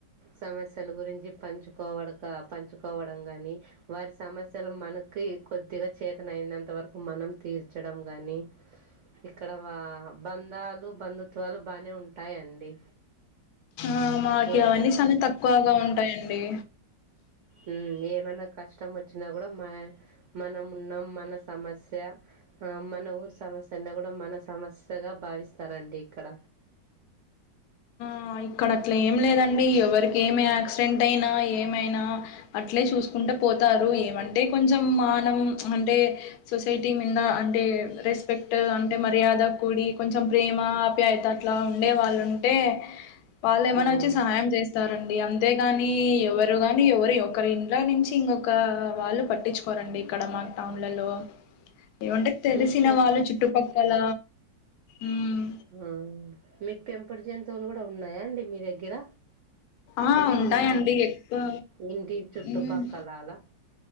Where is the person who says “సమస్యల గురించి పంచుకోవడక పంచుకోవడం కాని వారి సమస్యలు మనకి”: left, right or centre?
Right